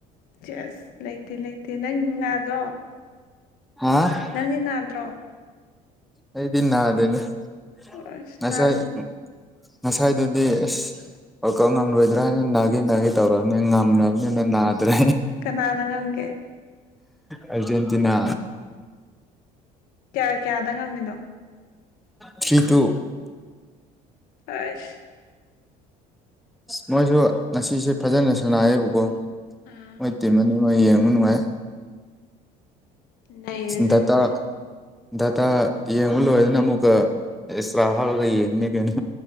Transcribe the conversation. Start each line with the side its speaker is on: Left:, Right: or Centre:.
Left: ꯆꯁ ꯂꯩꯇꯦ ꯂꯩꯇꯦ ꯅꯪ ꯉꯥꯗ꯭ꯔꯣ
Centre: ꯑ
Left: ꯅꯪꯗꯤ ꯅꯥꯟꯗ꯭ꯔꯣ
Centre: ꯑꯩꯗꯤꯟꯗ ꯑꯗꯨꯁꯥꯏ
Left: ꯑꯁ ꯅꯥꯔꯨꯅꯤ
Centre: ꯉꯁꯥꯏꯗꯨꯗꯤ ꯑꯁ ꯑꯣ ꯀꯧ ꯉꯝꯂꯣꯏꯗ꯭ꯔ ꯍꯥꯏꯅ ꯅꯥꯒꯤ ꯅꯥꯒꯤ ꯇꯧꯔꯕꯅꯤꯅ ꯉꯝꯕꯅꯤꯅ ꯅꯥꯗ꯭ꯔꯦ
Left: ꯀꯅꯥꯅ ꯉꯝꯒꯦ
Centre: ꯑꯔꯖꯦꯟꯇꯤꯅꯥ
Left: ꯀꯌꯥ ꯀꯌꯥꯗ ꯉꯝꯃꯤꯅꯣ
Centre: ꯊ꯭ꯔꯤ ꯇꯨ
Left: ꯑꯁ
Centre: ꯃꯣꯏꯁꯨ ꯉꯁꯤꯁꯦ ꯐꯖꯅ ꯁꯥꯟꯅꯥꯌꯦꯕꯀꯣ
Left: ꯑꯥ
Centre: ꯃꯣꯏ ꯇꯤꯝꯃꯅꯤ ꯅꯨꯡꯉꯥꯏ ꯌꯦꯡꯉꯨ ꯅꯨꯡꯉꯥꯏ
Left: ꯅꯩꯔꯦꯅꯦ
Centre: ꯗꯇꯥ
Left: ꯑꯗꯨꯗꯤ
Centre: ꯗꯇꯥ ꯌꯦꯡꯕ ꯂꯣꯏꯔꯗꯅ ꯑꯃꯨꯛꯀ ꯑꯦꯁꯔꯥ ꯍꯜꯒ ꯏꯅꯤ ꯀ